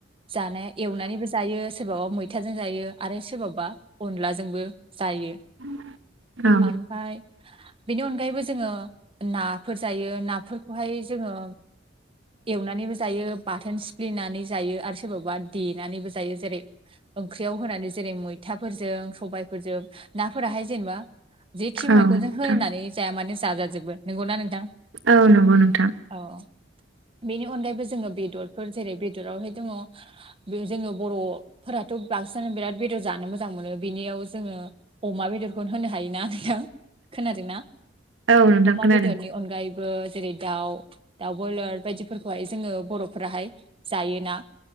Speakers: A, on the right; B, on the right.
A: जानाया एवनानैबो जायो सोरबाबा मैथाजों जायो आरो सोरबाबा अनलाजोंबो जायो।
B: <inaudible> औ
A: ओमफाय बेनि अनगायैबो जोङो नाफोर जायो नाफोरखौहाय जोङो एवनानैबो जायो बाथोन सिफ्लेनानै जायो आरो सोरबाबा देनानैबो जायो। जेरै ओंख्रियाव होनानै जेरै मैथाफोरजों सबायफोरजों नाफोराहाय जेनेबा जेखि
B: औ
A: मैगंजों
B: नोंथां
A: होनानै जाया मानो जाजाजोबो। नोंगौना नोंथां?
B: औ नोंगौ नोंथां।
A: औ बेनि अनगायैबो जोङो बेदरफोर जेरै बेदरावहाय दङ बे जोङो बर'फोराथ' बांसिनानो बिराद बेदर जानो मोजां मोनो बेनियाव जोङो अमा बेदरखौ होनो हायोना नोंथां। खोनादोंना।
B: औ नोंथां
A: अमा
B: खोनादों
A: बेदरनि अनगायैबो जेरै दाउ दाउ बयलार बायदिफोरखौहाय जोङो बर'फोराहाय जायोन।ा